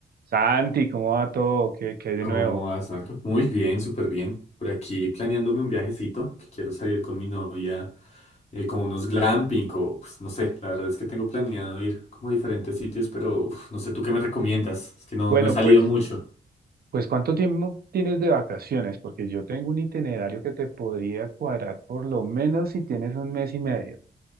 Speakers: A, on the right (about 55°); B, on the left (about 35°).
A: Santi, ¿cómo va todo? ¿Qué, qué hay de
B: ¿Cómo
A: nuevo?
B: vas, Marco? Muy bien, súper bien. Por aquí planeándome un viajecito que quiero salir con mi novia, eh, como unos glamping o pues, no sé, la verdad es que tengo planeado ir como a diferentes sitios, pero uf, no sé tú qué me recomiendas. Es que no,
A: Bueno,
B: no he salido
A: pues,
B: mucho.
A: pues ¿cuánto tiempo tienes de vacaciones? Porque yo tengo un itinerario que te podría cuadrar por lo menos si tienes un mes y medio.